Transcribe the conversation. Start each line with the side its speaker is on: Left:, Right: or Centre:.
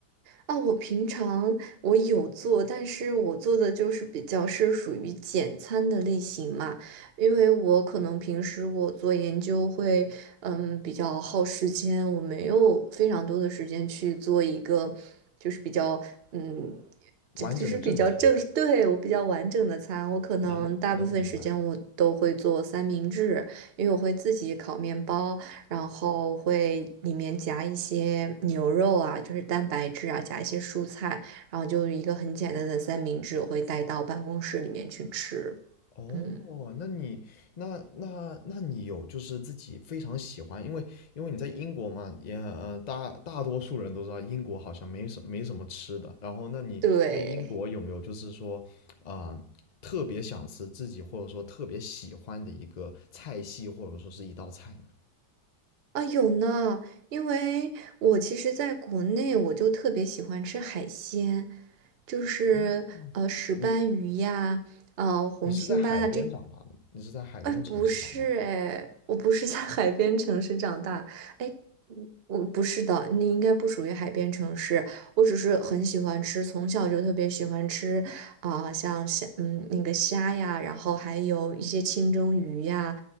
Right: 啊，我平常我有做，但是我做的就是比较是属于简餐的类型嘛，因为我可能平时我做研究会，嗯，比较耗时间，我没有非常多的时间去做一个，就是比较，嗯，
Left: 完整的正餐。
Right: 就就是比较正，对，我比较完整的餐，我可能大部分时间我都会做三明治，
Left: 能能明白。
Right: 因为我会自己烤面包。然后会里面夹一些牛肉啊，就是蛋白质啊，夹一些蔬菜，然后就是一个很简单的三明治，我会带到办公室里面去吃。
Left: 哦，
Right: 嗯，
Left: 那你那那那你有就是自己非常喜欢，因为因为你在英国嘛，也呃大大多数人都知道英国好像没什没什么吃的。然后，那你在英国有没有就是说啊、
Right: 对。
Left: 特别想吃自己或者说特别喜欢的一个菜系或者说是一道菜呢？
Right: 啊，有呢，因为我其实在国内我就特别喜欢吃海鲜，就是呃石斑鱼呀，
Left: 哦，你
Right: 呃红心斑啊，
Left: 你是在海边长大的吗？
Right: 这
Left: 你是在海边的城市长大的
Right: 哎，不是哎，我不是在海边城市长大，哎，嗯我不是的，你应该不属于海边城市，我只是很喜欢吃，从小就特别喜欢吃啊、像虾，嗯，那个虾呀，然后还有一些清蒸鱼呀，